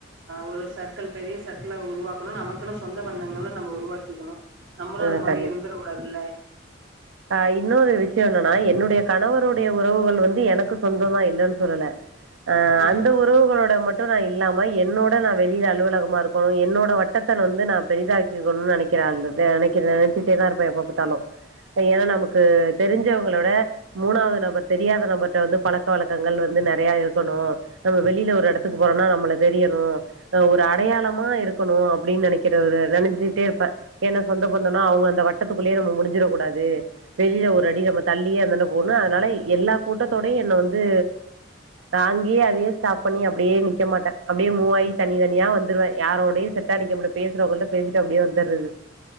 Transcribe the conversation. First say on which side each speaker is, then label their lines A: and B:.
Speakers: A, on the right (about 65°); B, on the right (about 80°).
A: ஒரு சர்க்கிள் பெரிய சர்க்கிள உருவாக்கணு நமக்குன்னு சொந்த பந்தங்கள்ள நம்ம உருவாக்கிக்கணு நம்மளு
B: ஆ
A: அது மாரி
B: கண்டிப்பா
A: இருந்துற கூடாதுல்ல
B: ஆ இன்னொரு விஷய என்னன்னா என்னுடைய கணவருடைய உறவுகள் வந்து எனக்கு சொந்தமா இல்லன்னு சொல்லல அ
A: ம்
B: அந்த உறவுகளோட மட் டு நா இல்லாம என்னோட நா வெளியில அலுவலகமா இருக்கணு என்னோட வட்டத்தன் வந்து நா பெரிதாக் கிக்கனு நினைக்கிறாள் நினைக்கிற நினைச்சிட்டேதா இருப்ப எப்ப பாத்தாலு இப்ப ஏனா நமக்கு தெரிஞ்சவங்களோட மூணாவது நபர் தெரியாத நபர்ட்ட வந்து பழக்க வழக்கங்கள் வந்து நிறைய இருக்கணு நம்ம வெளியில ஒரு இடத்துக்கு போறோனா நம்மள தெரியணு அ ஒரு அடையாளமா இருக்கணு அப்டின்னு நினைக்கிற நினைசிட்டே இருப்பே ஏன்னா சொந்த பந்தனா அவுங்க அந்த வட்டத்துக்குள்ளயே நம்ம முடிஞ்சிடக் கூடாது வெளியில ஒரு அடி நம்ம தள்ளியே அந்தண்ட போணு அதனால எல்லா கூட்டத்தோடையு என்ன வந்து தாங்கி அதையே ஸ்டாப் பண்ணி அப்டியே நிக்க மாட்டே அப்டியே மூவாகி தனி தனியா வந்துருவே யாரோடயு செட் டா நிக்க மாட்டே பேசுறவங்கள்ட்ட பேசிட்டு அப்டியே வந்துறது